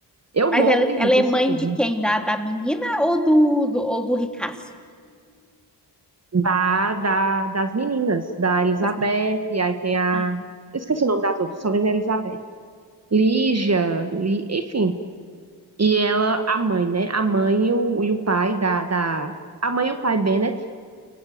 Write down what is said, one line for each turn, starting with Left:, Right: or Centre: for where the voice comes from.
Right: Eu
Centre: Mas
Right: morro
Centre: ela,
Right: de rir
Centre: ela
Right: com
Centre: é
Right: esse
Centre: mãe
Right: filme.
Centre: de quem? Da, da menina ou do, do, ou do ricaço?
Right: Da, da, das meninas, da Elizabeth,
Centre: Das meninas.
Right: e aí tem a.
Centre: Ah,
Right: Eu esqueci o nome das outras, só lembro da Elizabeth. Lígia, Li- enfim. E ela, a mãe, né? A mãe e o, e o pai da, da. A mãe e o pai Bennett